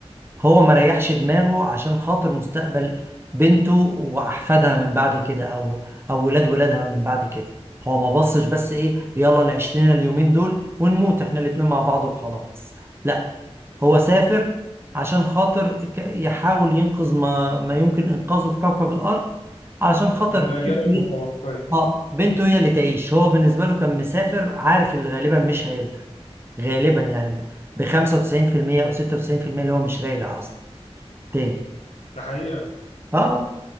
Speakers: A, on the right (about 20°); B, on the left (about 85°).
A: هو ما ريحش دماغه عشان خاطر مستقبل بنته واحفادها من بعد كده او او ولاد ولادها من بعد كده هو ما بصش بس ايه يلا نعيش لنا اليومين دول ونموت احنا الاتنين مع بعض وخلاص لا هو سافر عشان خاطر ك- يحاول ينقذ ما ما يمكن انقاذه في كوكب الارض علشان خاطر
B: من الأجيال
A: بنته
B: المتوقعة
A: إيه، اه بنته هي اللي تعيش هو بالنسبه له كان مسافر عارف اللي غالبا مش هيرجع غالبا يعني ب 95% او 96% اللي هو مش راجع اصلا تاني
B: ده حقيقة
A: اه